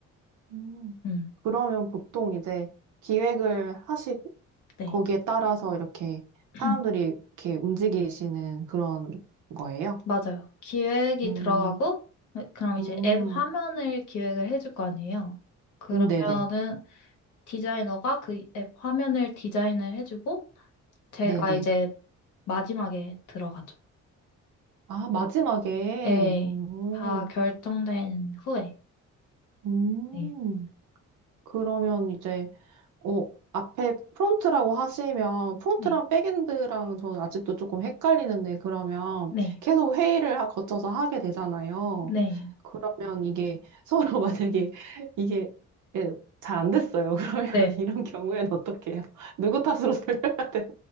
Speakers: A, on the right; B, on the left.
A: 음.
B: 음,
A: 그러면 보통 이제 기획을 하시고
B: 네.
A: 거기에 따라서 이렇게
B: <clears throat>
A: 사람들이 이렇게 움직이시는 그런 거예요?
B: 맞아요. 기획이
A: 음,
B: 들어가고, 네, 그럼
A: 음,
B: 이제 앱 화면을 기획을 해줄 거 아니에요. 그러면은
A: 음, 네네.
B: 디자이너가 그 앱 화면을 디자인을 해주고 제가
A: 네네.
B: 이제 마지막에 들어가죠.
A: 아, 마지막에.
B: 네,
A: 오,
B: 다 결정된 후에.
A: 음.
B: 네,
A: 그러면 이제, 어, 앞에 프론트라고 하시면, 프론트랑
B: 네,
A: 백엔드랑 저는 아직도 조금 헷갈리는데, 그러면
B: 네,
A: 계속 회의를 하- 거쳐서 하게 되잖아요.
B: 네,
A: 그러면 이게 서로 <laughs> 만약에 이게 예, 잘안 됐어요. 그러면
B: 네.
A: <laughs> 이런 경우에는 어떻게 해요? 누구 탓으로 돌려야 되나요?